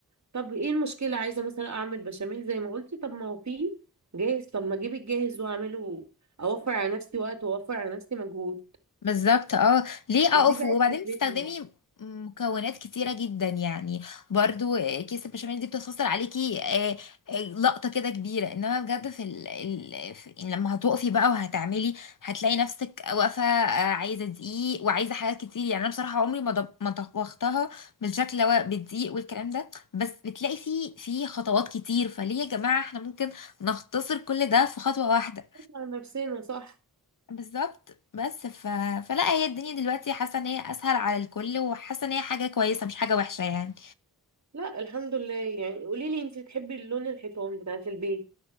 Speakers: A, on the right (about 50°); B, on the left (about 60°).
A: طب ايه المشكلة عايزة مثلا اعمل بشاميل زي ما قلتي طب ما هو فيه جاهز طب ما اجيب الجاهز واعمله اوفر على نفسي وقت واوفر على نفسي مجهود
B: بالظبط اه ليه اقف
A: دي بقت
B: وبعدين
A: فكرتي
B: بتستخدمي مكونات كتيرة جدا يعني برضو كيس البشاميل دي بتختصر عليكي آه، آه، لقطة كده كبيرة انما بجد في, ال... ال... في يعني لما هتقفي بقى وهتعملي هتلاقي نفسك واقفة آه، عايزة دقيق وعايزة حاجات كتير يعني انا بصراحة عمري ما ضب... ما طبختها بالشكل هو بالدقيق والكلام ده بس بتلاقي فيه في خطوات كتير فليه يا جماعة احنا ممكن نختصر كل ده في خطوة واحدة
A: على نفسنا صح
B: بالظبط بس ف... فلا هي الدنيا دلوقتي حاسه ان هي اسهل على الكل وحاسه ان هي حاجه كويسه مش حاجه وحشه يعني
A: لا الحمد لله يعني قولي لي انت بتحبي اللون الحيطان بتاعت البيت